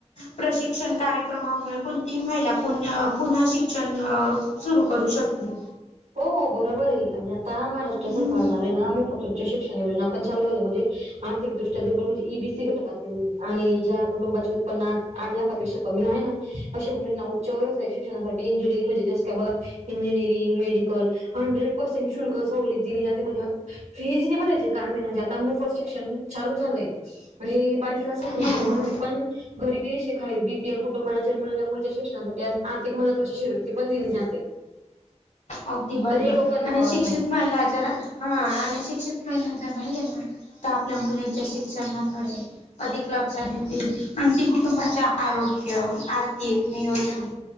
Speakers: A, on the left (about 80°); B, on the right (about 85°).
A: प्रशिक्षण कार्यक्रमामुळे कोणतीही महिला पु पुन्हा शिक्षण अ. सुरू करू शकतोय.
B: हो बरोबर आहे, आणि आता महाराष्ट्र
A: हम्म
B: सरकार द्वारे ना, मोफत शिक्षण योजना पण चालू झालं मध्ये. आर्थिकदृष्ट्या दुर्बल म्हणजे, ई. बी. सी घटकातील आणि ज्या कुटुंबाचे उत्पन्ना आठ लाखापेक्षा कमी आहे ना. अश मुलींना उच्च व्यवसायिक शिक्ष, इंजिनिअरिंग, म्हणजे जस काय बघा इंजिनिरिंग मेडि कल हंड्रेड पसेंट शुल्क सवलत दिली जाते, म्हणजे फी हीजी नाही भरायची, का हामी म्हणजे आता मोफ़त शिक्षण चालू झालंय. पण हे बालिका समृद्धी
A: बरोबर
B: योजनामध्ये पण गरिबी रिशखाईल बी. पी. एल. कुटुंबाला जन्मलेल्या मुलीच्या शिक्षणासाठी आज आर्थिक मदत व शिश्यवृत्ती पण दिली जाते.
A: अगदी बरबर,
B: तरी लोकांना
A: आणि
B: कळत
A: शिक्षित
B: नाही
A: महिलाच्या ना, हां आणि शिक्षित महिलाच्या राहिल्या ना का आपल्या मूल्यांच्या शिक्षणाकडे. अधिक लक्ष देतील, आणि ती कुटुंबाच्या आरोग्य आर्थिक नियोजन